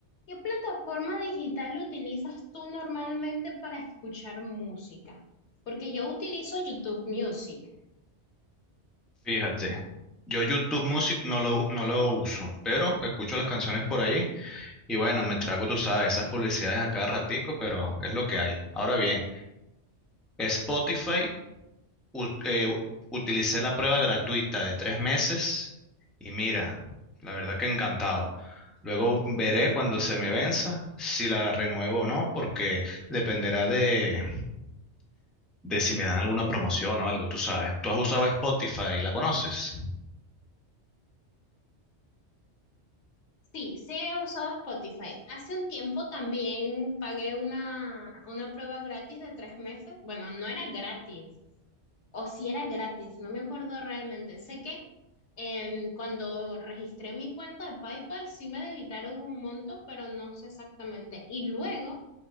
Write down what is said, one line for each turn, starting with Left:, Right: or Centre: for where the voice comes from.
Left: ¿Qué plataforma digital utilizas tú normalmente para escuchar música? Porque yo utilizo YouTube Music.
Centre: Fíjate, yo YouTube Music no lo, no lo uso, pero escucho las canciones por ahí y bueno, me trago, tú sabes, esas publicidades a cada ratico, pero es lo que hay. Ahora bien, Spotify, u- eh, utilicé la prueba gratuita de tres meses y mira, la verdad que encantado. Luego veré cuando se me venza si la renuevo o no, porque dependerá de, de si me dan alguna promoción o algo, tú sabes. ¿Tú has usado Spotify? ¿La conoces?
Left: Sí, sí he usado Spotify. Hace un tiempo también pagué una, una prueba gratis de tres meses. Bueno, no era gratis, o si era gratis, no me acuerdo realmente. Sé que em, cuando registré mi cuenta de PayPal sí me debitaron un monto, pero no sé exactamente. Y luego